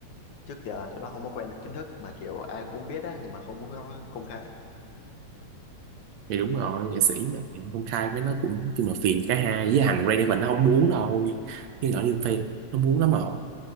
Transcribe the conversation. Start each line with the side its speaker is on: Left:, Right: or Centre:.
Left: trước giờ tụi nó không có quen chính thức mà kiểu ai cũng biết á nhưng mà không có công khai
Right: thì đúng rồi nghệ sĩ mà công khai với nó cũng nhưng mà phiền cả hai với thằng Ray Davies nó không muốn đâu nhưng nhỏ liên fan nó muốn lắm mà